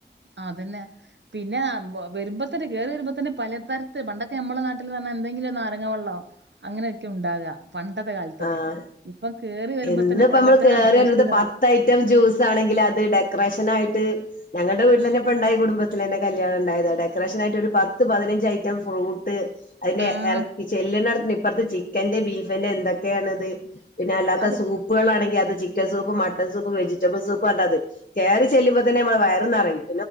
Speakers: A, on the right; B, on the left.
A: അതന്നെ പിന്നെ വരുമ്പോ- എപ്പോ കേറി വരുമ്പോ തന്നെ പലതരത്തില് പണ്ടൊക്കെ നമ്മെ നാട്ടിൽ വന്നാ എന്തെങ്കിലും ഒരു നാരങ്ങ വെള്ളോ അങ്ങനെയൊക്കെ ഉണ്ടാവുക. പണ്ടത്തെ കാലത്തൊക്കെ
B: ആഹ്
A: ഇപ്പൊ കേറി വരുമ്പോ
B: ഇന്നിപ്പോ
A: തന്നെ പലതരം
B: നമ്മള് കേറി
A: ജ്യൂസുകളാണ്.
B: വരുന്നത് പത്ത് ഐറ്റം ജ്യൂസ് ആണെങ്കിൽ അത് ഡെക്കറേഷൻ ആയിട്ട് ഞങ്ങടെ. ലെന്നെപ്പ ഉണ്ടായി കുടുംബത്തിന്നെ കല്യാണം ഉണ്ടായത് ഡെക്കറേഷൻ ആയിട്ട് ഒരു പത്ത് പതിനഞ്ച് ഐറ്റം ഫ്രൂട്ട്. അതിന്റെ
A: ആഹ്
B: ഇറി ചെല്ല നട ഇപ്പറത്തെ ചിക്കന്റെറെ ബീഫിന്റെ എന്തൊക്കെയാാണ്ത്. പിന്നെ അല്ലാത്ത
A: അത്
B: സൂപ്പുകളൾണെങ്കിൽ അ- ത് ചിക്കൻ സൂപ്പും മട്ടൺ സൂപ്പും വെജിറ്റബിൾ സൂപ്പ് കണ്ടത് കയറി ചെല്ലുമ്പോ തന്നെ നമ്മൾ വയറന്ന്റയും.